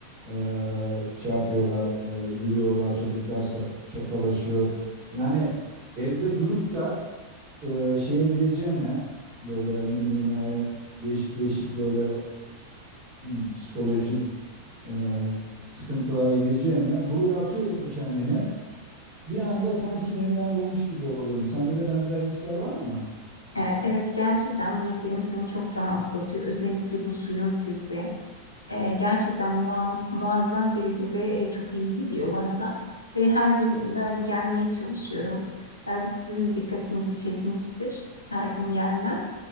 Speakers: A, on the right; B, on the left.
A: eee şey yapıyorlar, eee, yürüyorlar. Çocuklar sak- şakalaşıyor. Yani evde durup da eee, şeye gireceğime böyle ne bileyim yani değişik değişik böyle eee, psikolojik e, sıkıntılara gireceğime buraya atıyorum kendimi. Bir anda sanki yeniden doğmuş gibi oluyorum. Sende de benzer hisler var mı?
B: E, Evet gerçekten burası insanı çok rahatlatıyor. Özellikle bu suyun sesi e, gerçekten muam- muazzam derecede e, çok iyi geliyor bana da. Ve her gün böyle gelmeye çalışıyorum. Belki sizin de dikkatinizi çekmiştir. Her gün gelmem.